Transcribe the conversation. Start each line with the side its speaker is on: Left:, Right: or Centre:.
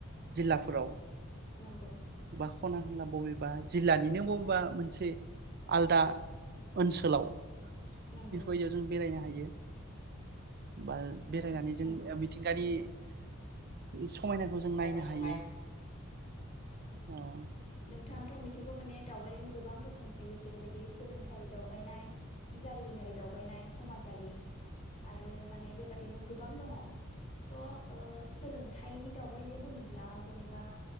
Right: जिल्लाफोराव
Left: नंगौ
Right: बा खना खनला बबेबा जिल्लानिनो बबेबा मोनसे आलदा ओन्सोलाव
Left: नंगौ
Right: बेफोरबायदियाव जों बेरायनो हायो बा बेरायनानै
Left: ओन-
Right: जों
Left: नंगौ
Right: मिथिंगायारि <unintelligible> समायनाखौ जों
Left: जायखौ
Right: नायनो हायो
Left: नाय
Right: औ
Left: बिथां आथ मिथिगौ माने दावबायनायनिबो गोबां रोखोम थायो जेरैबायदि सोलोंथाइ दावबायनाय जारिमिनारि दावबायनाय समाजारि आरो माने बेबादिनो गोबां दङ थ' सोलों थाइनि दाव बायनाय बुङोब्ला जेनेबा